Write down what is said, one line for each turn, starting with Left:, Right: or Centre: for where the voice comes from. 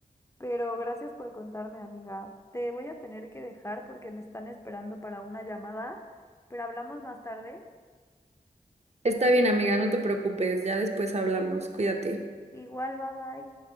Left: Pero gracias por contarme, amiga. Te voy a tener que dejar porque me están esperando para una llamada, pero hablamos más tarde.
Right: Está bien, amiga, no te preocupes, ya después hablamos, cuídate.
Left: Igual, bye bye.